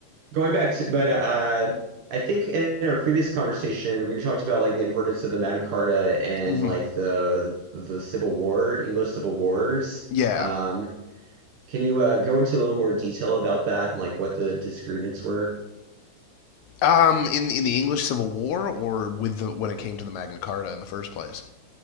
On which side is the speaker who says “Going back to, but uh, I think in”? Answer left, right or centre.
Right